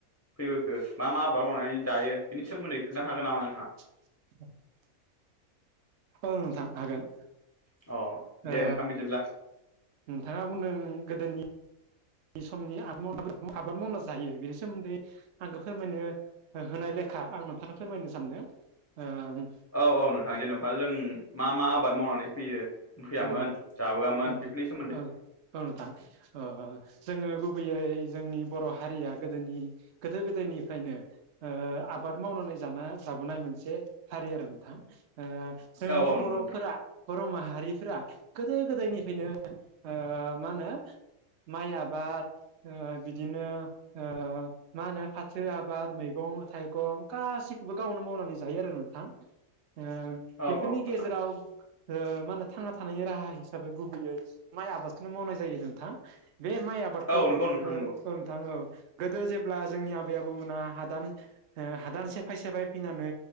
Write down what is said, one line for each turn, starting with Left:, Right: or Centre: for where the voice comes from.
Left: फैबोखो मा मा आबाद मावनानै जायो बेनि सोमोन्दै खोन्थानो हागोन नामा नोंथाङा?
Right: <unintelligible> ओं नोंथां हागोन।
Left: अ दे
Right: ओ
Left: नोंथां बिदिब्ला
Right: नोंथाङा बुंदों गोदोनि नि समनि आ <unintelligible> आबाद मावना जायो बेनि सोमोन्दै आंखो फोरमायनो ओ होनाय लेखा आं नोंथांनो फोरमायनो सानदों ओम
Left: औ औ नोंथां जेनेबा जों मा मा आबाद मावनानै फैयो फैयामोन
Right: औ औ
Left: जाबोआमोन
Right: औ नोंथां
Left: बेफोरनि सोमोन्दै।
Right: ओं औ नोंथां ओ जोङो गुबैयै जोंनि बर' हारिया गोदोनि गोदो गोदायनिफ्रायनो ओ आबाद मावनानै जाना जाबोनाय मोनसे हारि आरो नोंथां ओ जोंनि
Left: औ औ नंगौ
Right: बर'फोरा
Left: नोंथां
Right: बर' माहारिफोरा गोदो गोदायनिफ्रायनो ओ मा होनो माइ आबाद ओ बिदिनो ओ मा होनो फाथो आबाद मैगं थाइगं गासैखौबो गावनो मावनानै जायो आरो नोंथां ओ
Left: औ
Right: बेफोरनि
Left: औ नोंथां
Right: गेजेराव ओ मा होनो थांना थानायनि राहा हिसाबै गुबैयै माइ आबादखौनो मावनाय जायो नोंथां बे माइ आबादखौ
Left: औ नंगौ नोंथां
Right: ओ
Left: नंगौ
Right: ओम थां औ गोदो जेब्ला जोंनि आबै आबौ मोना हादान ओ हादान सेफाय सेफाय फैनानै